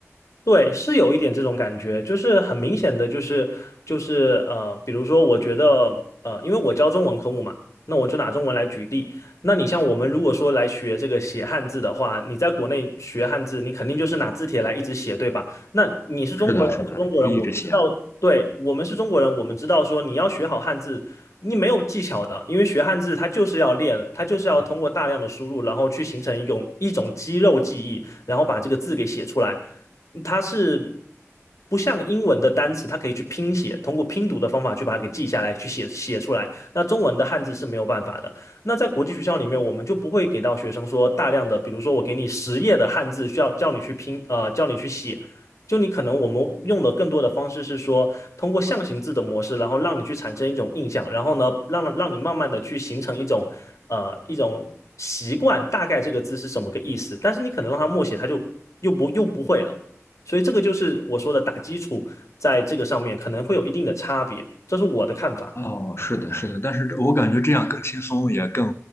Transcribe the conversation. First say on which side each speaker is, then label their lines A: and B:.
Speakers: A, on the left; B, on the left.
A: 对，是有一点这种感觉，就是很明显的，就是就是呃，比如说，我觉得呃，因为我教中文科目嘛，那我就拿中文来举例。那你像我们如果说来学这个写汉字的话，你在国内学汉字，你肯定就是拿字帖来一直写，对吧？那你是中国人，
B: 是的，是的，
A: 我是中国人，
B: 是一直写。
A: 我们知道，对，我们是中国人，我们知道说你要学好汉字，你没有技巧的，因为学汉字它就是要练，它就是要通过大量的输入，然后去形成一种一种肌肉记忆，然后把这个字给写出来。它是不像英文的单词，它可以去拼写，通过拼读的方法去把它给记下来，去写写出来。那中文的汉字是没有办法的。那在国际学校里面，我们就不会给到学生说大量的，比如说我给你十页的汉字，需要叫你去拼，呃，叫你去写。就你可能我们用的更多的方式是说，通过象形字的模式，然后让你去产生一种印象，然后呢，让让你慢慢的去形成一种呃一种习惯，大概这个字是什么个意思。但是你可能让他默写，他就又不又不会了。所以这个就是我说的打基础，在这个上面可能会有一定的差别，这是我的看法。
B: 哦，是的，是的，但是我感觉这样更轻松，也更